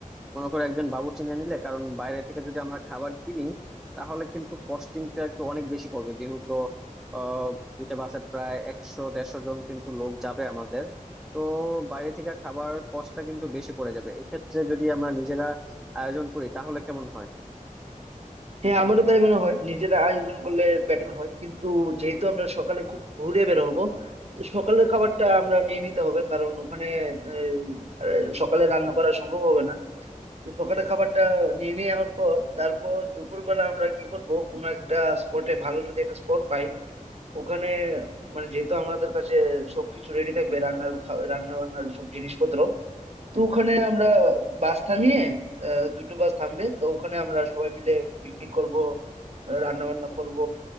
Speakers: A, in the centre; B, on the right (about 50°).
A: মনে করো একজন বাবুর্চি নিয়ে নিলে কারণ বাইরে থেকে যদি আমরা খাবার কিনি তাহলে কিন্তু কস্টিংটা আর কি অনেক বেশি পড়বে যেহেতু আহ দুইটা বাসে প্রায় একশো দেড়শো জন কিন্তু লোক যাবে আমাদের তো বাইরে থেকে খাবার কষ্টটা কিন্তু বেশি পড়ে যাবে এক্ষেত্রে যদি আমরা নিজেরা আয়োজন করি তাহলে কেমন হয়
B: হ্যাঁ আমারও তাই মনে হয় নিজেরা আয়োজন করলে বেটার হয় কিন্তু যেহেতু আমরা সকালে খুব ঘুরে বের হবো তো সকালের খাবারটা আমরা নিয়ে নিতে হবে কারণ ওখানে আহ, আহ, সকালে রান্না করা সম্ভব হবে না তো সকালের খাবারটা নিয়ে নেওয়ার পর তারপর দুপুরবেলা আমরা কি করব কোনো একটা স্পটে ভালো যদি একটা স্পট পাই ওখানে মানে যেহেতু আমাদের কাছে সবকিছু রেডি থাকবে রান্নার খা- রান্না বান্নার সব জিনিসপত্র তো ওখানে আমরা বাস থামিয়ে আহ, দুটো বাস থামবে তো ওখানে আমরা সবাই মিলে পিকনিক করব রান্না বান্না করব